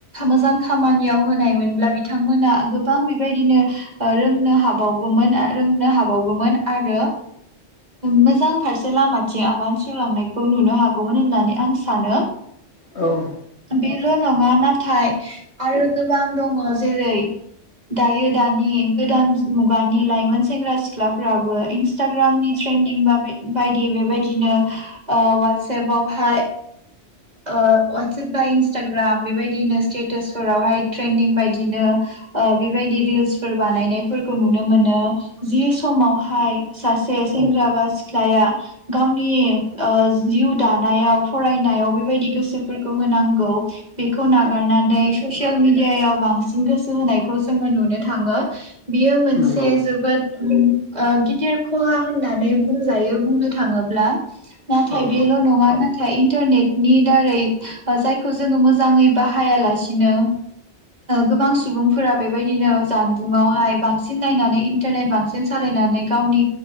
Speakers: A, on the right; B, on the left.
A: मोजां खामानियाव होनायमोनब्ला बिथांमोना गोबां बेबायदिनो ओ रोंनो हाबावगौमोन रोंनो हाबावगौमोन आरो मोजां फारसे लामाथिं आगान सुरलांनायखौ नुनो हागौमोन होननानै आं सानो
B: औ
A: बेल नङा नाथाय आरो गोबां दङ जेरै दायो दानि गोदान मुगानि लाइमोन सेंग्रा सिख्लाफ्राबो इन्सटाग्रामनि ट्रेन्दिं बायदि बेबायदिनो ओ वाटसएपावहाय ओ वाटसएप बा इन्सटाग्राम बेबायदिनो स्टेटासफोरावहाय ट्रेन्दिं बायदिनो ओ बेबायदि रिल्सफोर बानायनायफोरखौ नुनो मोनो जि समावहाय सासे सेंग्रा बा सिख्लाया गावनि ओ जिउ दानायाव फरायनायाव बे बायदि गोसोफोरखौ होनांगौ बेखौ
B: औ
A: नागारनानै ससिएल मि डियायाव बांसिन गोसो होनायखौ जोङो नुनो थाङो। बियो मोनसे
B: नंगौ
A: जोबोद ओम ओ गिदिर खहा होननानै बुंजायो बुंनो थाङोब्ला। नाथाय
B: औ
A: बेल'
B: औ
A: नङा ना इन्टारनेट नि दारै जायखौ जोङो मोजाङै बाहायालासिनो गोबां सुबुंफोरा बेबायदिनो जानबुंआवहाय बांसिन नायनानै इन्टारनेट बांसिन सालायनानै गावनि